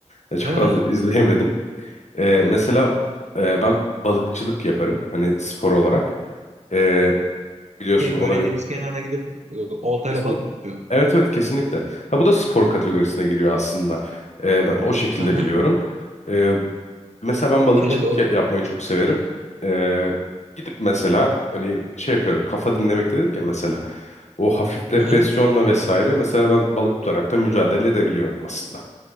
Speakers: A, on the left; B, on the right.
A: E, çok
B: Ha,
A: fazla izleyemedim. E, mesela e, ben balıkçılık yaparım hani spor olarak. E, biliyorsun
B: şey
A: o
B: böyle
A: da bir
B: deniz kenarına gidip e, oltayla
A: kesinlikle.
B: balık mı tutuyor?
A: Evet evet kesinlikle. Ha bu da spor kategorisine giriyor aslında. E, ben o şekilde
B: Aha,
A: biliyorum. E, Mesela ben balıkçılık
B: hele doğru.
A: ya- yapmayı çok severim. Ee, gidip mesela hani şey yapıyorum kafa dinlemek dedik ya mesela o hafif depresyonla
B: Aha,
A: vesaire mesela ben balık tutarak da mücadele edebiliyorum aslında.